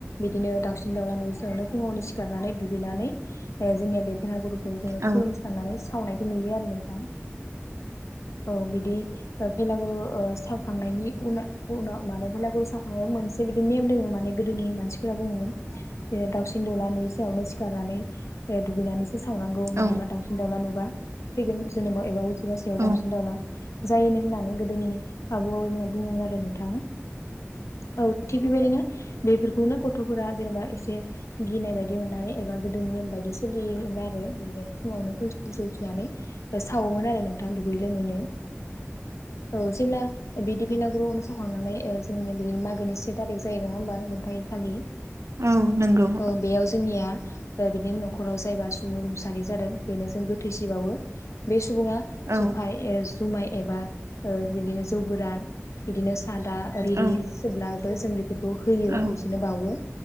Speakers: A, on the left; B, on the right.
A: बिदिनो दाउसिन दावला नुयैसायावनो फुङावनो सिखारनानै दुगैनानै जोंनिया बे भेरागुरु खौ जोङो
B: औ
A: खुलुमस्रांनानै सावनायखौ नुयो आरो नोंथां औ बिदि भेलागुरु ओ सावखांनायनि उनाव उनाव माने भेलागुरि सावखांनायाव मोनसे बिदि नेम दोङ माने गोदोनि मानसिफोरा बुङमोन बे दाउसिन दाउला नुयै सियावनो सिखारनानै ओ दुगैनानैसो सावनांगौ
B: औ
A: नङाब्ला दावसिन दावला नु बा फैगोन जोनोमाव एबा उजिगासेयाव
B: औ
A: दावसिन जायोनो होननानै गोदोनि आबौ आबैमोना बुङोमोन आरो नोंथां औ थिग बेबायदिनो बेफोर खौनो गथ'फोरा जेनेबा एसे गिनाय बायदि मोननानै एबा गोदो नेम बायदि सोलियोमोन आरो बे फुङावनो उथिनानै सावोमोन आरो नोंथां दुयै लोमैनो औ जेब्ला बिदि भेलागुरावनो सावखांनानै जोंनि बे मागोनि से थारिख जायो नङा होमबा नोंथाङ इखालि
B: औ नंगौ
A: औ बेयाव जोंनिया ओ बिदिनो न'खराव जायबा सुबुं रुंसारि जादों बेनो जों गोथैसि बावो बे सुबुङा
B: औ
A: जखाय ए जुमाय एबा ओ बिदिनो जौ गोरान बिदिनो नादा रिरि
B: औ
A: सोब्लाबो जों बेखौ होयो
B: औ
A: बिसिनो बाउवो